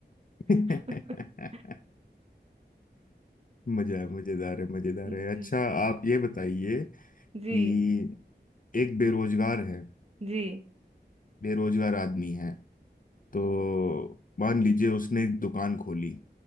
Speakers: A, on the left (about 50°); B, on the right (about 35°).
A: हम्म।
B: <laughs>
A: <laughs> मजा मजेदार है मजेदार
B: जी
A: है अच्छा आप ये बताइए कि
B: जी
A: एक बेरोजगार है
B: जी
A: बेरोजगार आदमी है तो मान लीजिए उसने एक दुकान खोली